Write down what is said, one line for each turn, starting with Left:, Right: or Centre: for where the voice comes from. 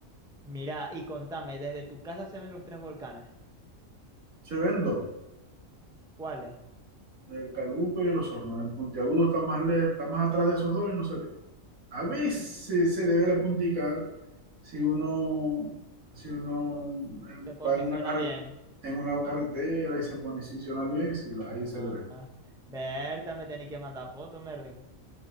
Centre: Mira, y contame, desde tu casa se ven los tres volcanes.
Right: Se ven dos.
Centre: ¿Cuáles?
Right: El Calbuco y el Osorno. El puntiagudo está más, le- está más atrás de esos dos y no se ve. A veces
Centre: Mm,
Right: se le ve la puntica si uno, si uno eh,
Centre: Se posiciona
Right: va en una carre-
Centre: bien.
Right: en una carretera y se posiciona bien, si la,
Centre: Ah,
Right: ahí se le ve.
Centre: ah. Berta, me tenés que mandar fotos, Mervin.